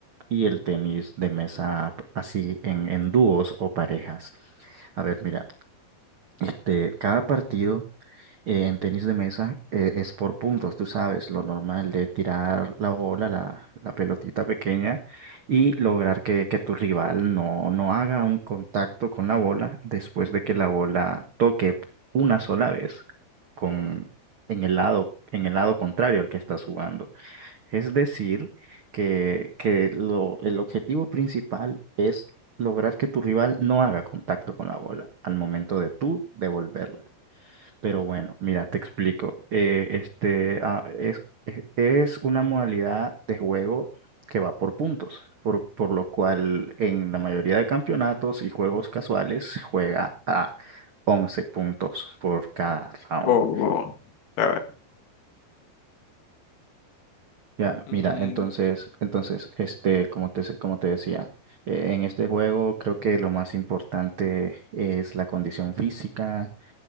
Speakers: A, on the right (about 75°); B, on the left (about 65°).
A: y el tenis de mesa p- así en, en dúos o parejas. A ver, mira, este, cada partido eh, en tenis de mesa eh, es por puntos, tú sabes, lo normal de tirar la bola, la, la pelotita pequeña y lograr que, que tu rival no, no haga un contacto con la bola después de que la bola toque una sola vez con, en el lado, en el lado contrario al que estás jugando. Es decir, que, que lo, el objetivo principal es lograr que tu rival no haga contacto con la bola al momento de tú devolverla. Pero bueno, mira, te explico. Eh, este, ah, es, es es una modalidad de juego que va por puntos, por, por lo cual en la mayoría de campeonatos y juegos casuales se juega a 11 puntos por cada round.
B: O, a ver,
A: Ya,
B: mm,
A: mira, entonces, entonces, este, como te, se- como te decía, eh, en este juego creo que lo más importante es la condición física